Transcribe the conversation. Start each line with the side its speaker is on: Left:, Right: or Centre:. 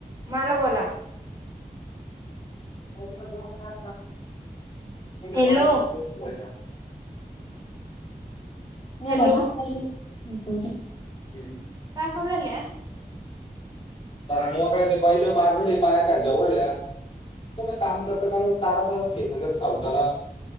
Right: मला बोला
Left: पाण्या
Right: हॅलो.
Left: खाली यावग
Right: हॅलो
Left: <unintelligible> <unintelligible>
Right: काय करू राहिल्या?
Left: तर मोकळ्या ते पहिलं मारले पाया खालच्या. कसं काम करत काण चारता म्हण साऊथला.